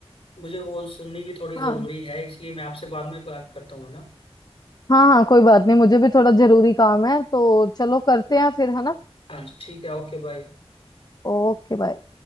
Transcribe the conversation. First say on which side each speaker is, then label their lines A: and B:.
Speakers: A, on the left; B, on the left.
A: मुझे वो सुननी भी थोड़ी
B: हाँ
A: जरूरी है इसलिए मैं आपसे बाद में बात करता हूँ है ना
B: हाँ हाँ कोई बात नहीं मुझे भी थोड़ा जरूरी काम है तो चलो करते हैं फिर है ना
A: हाँ जी ठीक है ओके बाय
B: Okay bye